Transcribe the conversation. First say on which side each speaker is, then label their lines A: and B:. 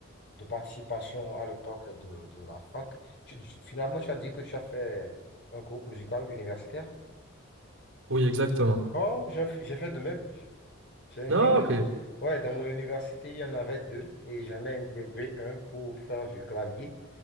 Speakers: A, on the left; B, on the right.
A: de participation à l'époque de, de la fac. Tu- tu- finalement, tu as dit que tu as fait un groupe musical universitaire.
B: Oui, exactement.
A: Oh, j'ai j'ai fait de même. J'ai intégré.
B: Ah, ok.
A: Ouais, dans mon université, il y en avait deux et j'en ai intégré un pour faire du clavier.